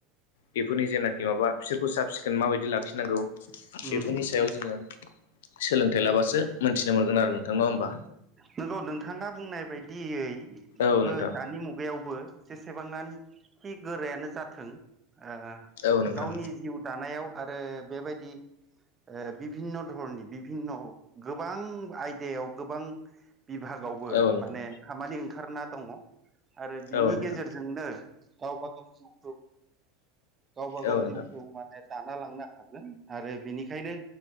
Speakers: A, on the left; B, on the right.
A: बेफोरनि जेनाखि माबा बिसोरखौ साब सिखोन माबायदि लाखिनांगौ
B: उम
A: बेफोरनि सायाव जोङो सोलोंथाइ लाबासो मोन्थिनो मोनगोन आरो नोंथां नङा होमबा।
B: नंगौ नोंथांआ बुंनाय बायदियै
A: औ
B: बो
A: नोंथां
B: दानि मुगायावबो जेसेबांनोखि गोरायानो जाथों ओ
A: औ नोंथां
B: गावनि जिउ दानायाव आरो बेबायदि ओ बिभिन्न' धरनि बिभिन्न'हक गोबां आयदायाव गोबां बिभागावबो
A: औ नोंथां
B: माने खामानि ओंखारना दङ आरो बिनि
A: औ नोंथां
B: गेजेरजोंनो गावबा गाव जिउखौ गावबा गाव
A: औ नोंथां औ
B: जिउखौ
A: नोंथां
B: माने दाना लांनो हागोन आरो बेनिखायनो